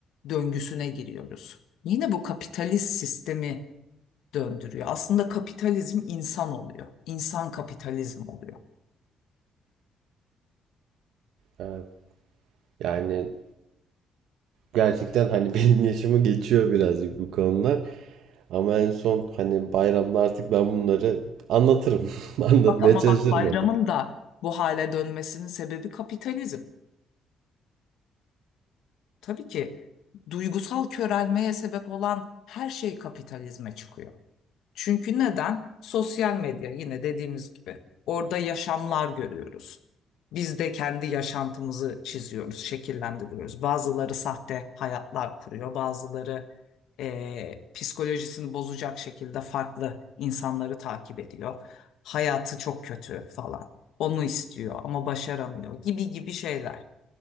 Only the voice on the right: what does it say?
evet. Yani gerçekten hani <laughs> benim yaşımı geçiyor birazcık bu konular. Ama en son hani bayramda artık ben bunları anlatırım. <laughs> Anlatmaya
çalışırım
artık.